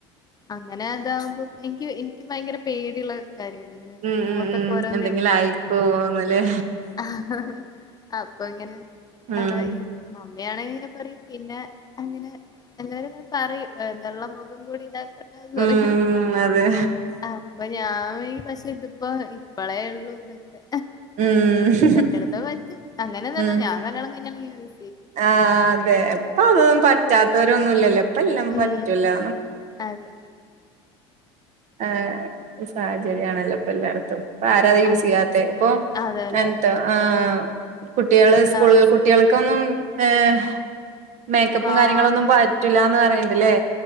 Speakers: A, on the left (about 25°); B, on the right (about 55°).
A: അങ്ങനെ അതാവുമ്പോ എനിക്ക് എനിക്ക് ഭയങ്കര പേടിയുള്ള ഇങ്ങനെ
B: ഉം
A: മുഖത്തൊക്കെ
B: ഉം ഉം
A: ഓരോന്നേ
B: എന്തെങ്കിലും ആയിപ്പോവോന്ന്ല്ലേ
A: ആഹ് അപ്പൊ ഇങ്ങനെ
B: ഉം
A: ഈ മമ്മിയാണെ ഇങ്ങനെ പറയും പിന്നെ അങ്ങനെ എല്ലാരും പറയും ഉള്ള മുഖം കൂടി ഇതാക്കരുതെന്ന്
B: ഉം
A: പറയും
B: അതെ
A: ആഹ് അപ്പൊ ഞാൻ പക്ഷെ ഇതിപ്പോ ഇപ്പളേ ഉള്ളു ഇതൊക്കെ
B: ഉം
A: പറ്റെടത്ത പറ്റും അങ്ങനൊന്നല്ല
B: ഉം
A: ഞാൻ കല്യാണം കഴിഞ്ഞാലും ചെയ്യും
B: ആഹ് അതെ അപ്പൊ അതൊന്നും പറ്റാത്തവര ഒന്നുല്ലല്ലോ ഇപ്പ എല്ലാം
A: ഉം
B: പറ്റുവല്ലോ
A: അതെ
B: ആഹ് സാഹചര്യാണല്ലോ ഇപ്പ എല്ലായിടത്തും ഇപ്പ ആരാത് യൂസ്
A: അതെ
B: ചെയ്യാത്ത ഇപ്പൊ
A: അതന്നെ
B: എന്താ ആഹ് കുട്ടികൾ സ്കൂളില്
A: ആഹ്
B: കുട്ടികൾക്കൊന്നും ഏഹ് മേക്കപ്പും
A: ആഹ്
B: കാര്യങ്ങളൊന്നും പറ്റൂല്ലാന്ന് പറയണിണ്ടല്ലേ